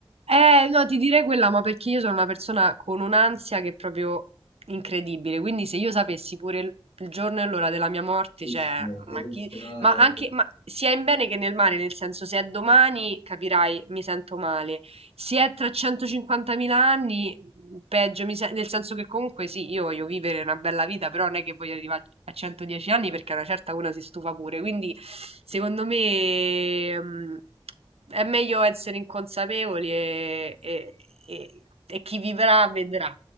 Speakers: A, on the right; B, on the left.
A: Eh, no, ti direi quella, ma perché io sono una persona con un'ansia che è proprio incredibile. Quindi se io sapessi pure il il giorno e l'ora della mia morte,
B: Bellissimo,
A: cioè,
B: è
A: ma
B: bellissimo.
A: chi...
B: No,
A: Ma anche, ma sia in bene che nel male, nel senso, se è domani, capirai, mi sento male. Se è tra 150.000 anni, mm, Peggio, mi sen- nel senso che comunque sì, io voglio vivere una bella vita, però non è che voglio arrivare a 110 anni perché a una certa una si stufa pure. Quindi, secondo me, mm, è meglio essere inconsapevoli e, e- e- e chi vivrà vedrà.